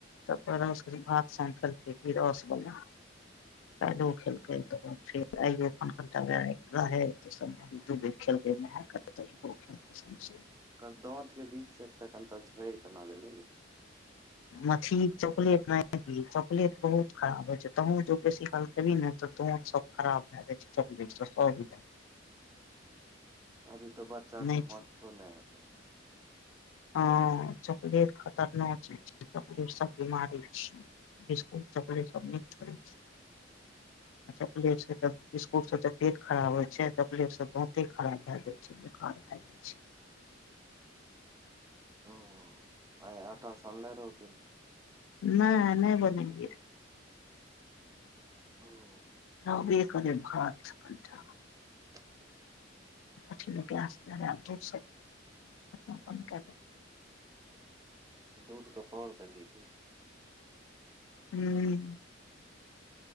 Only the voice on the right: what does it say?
ओ दात के बीच से एक त कनि झड़ के न गेलै
अभी तो बच्चा
छै
मन तो नहि त
<inaudible>
ह आ आटा सलल रहो प ने
ह
ह <unintelligible>
दूध कपौड़ त लि